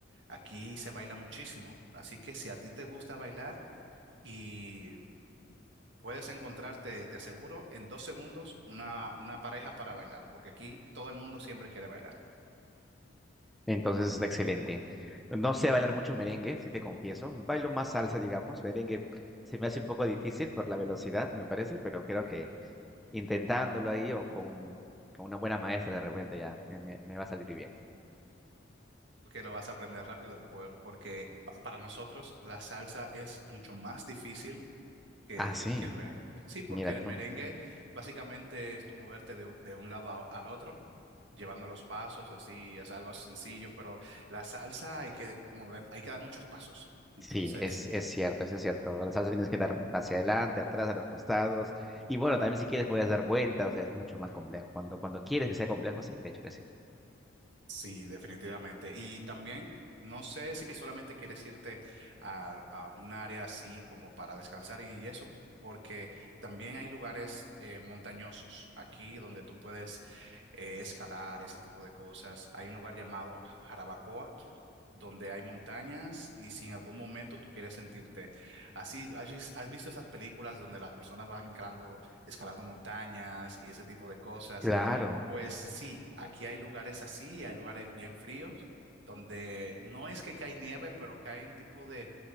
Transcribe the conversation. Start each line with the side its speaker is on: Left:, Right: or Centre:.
Right: Aquí se baila muchísimo, así que si a ti te gusta bailar y puedes encontrarte, te aseguro, en dos segundos una, una pareja para bailar, porque aquí todo el mundo siempre quiere bailar.
Centre: Entonces está excelente. No sé bailar mucho merengue, si te confieso. Bailo más salsa, digamos. Merengue se me hace un poco difícil por la velocidad, me parece, pero creo que intentándolo ahí o con, con una buena maestra de repente ya me, me me va a salir bien.
Right: que lo vas a aprender rápido, por- porque pa- para nosotros la salsa es mucho más difícil que,
Centre: Ah, sí,
Right: que el merengue. Sí, porque
Centre: mira
Right: el
Centre: tú.
Right: merengue básicamente es tu moverte de, un de un lado a- al otro, llevando los pasos, así es algo sencillo, pero la salsa hay que mover, hay que dar muchos pasos. Entonces,
Centre: Sí, es, es cierto, eso es cierto. Con La salsa tienes que dar hacia adelante, atrás, a los costados. Y bueno, también si quieres puedes dar vueltas, o sea, es mucho más complejo. Cuando, cuando quieres que sea complejo, sí, de hecho que sí.
Right: Sí, definitivamente. Y también no sé si solamente quieres irte a, a un área así como para descansar y eso, porque también hay lugares eh, montañosos aquí donde tú puedes eh, escalar ese tipo de cosas. Hay un lugar llamado Jarabacoa donde hay montañas y si en algún momento tú quieres sentirte así, ¿has, vis- has visto esas películas donde las personas van escalando, escalando montañas y ese tipo de cosas?
Centre: Claro.
Right: Pues sí, aquí hay lugares así, y hay lugares bien fríos, donde no es que cae nieve, pero cae un tipo de,